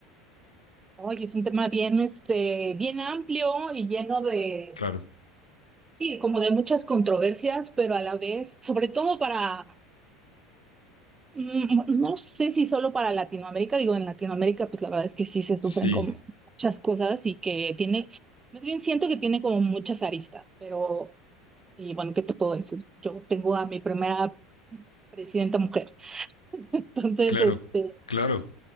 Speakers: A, on the right; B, on the left.
A: Oye, es un tema bien, este, bien amplio y lleno de,
B: Claro,
A: sí, como de muchas controversias, pero a la vez, sobre todo para, mm, no sé si solo para Latinoamérica, digo, en Latinoamérica, pues la verdad es que sí se
B: sí,
A: sufren como muchas cosas y que tiene, más bien siento que tiene como muchas aristas, pero, y bueno, ¿qué te puedo decir? Yo tengo a mi primera presidenta mujer, <laughs> entonces,
B: claro,
A: este,
B: claro,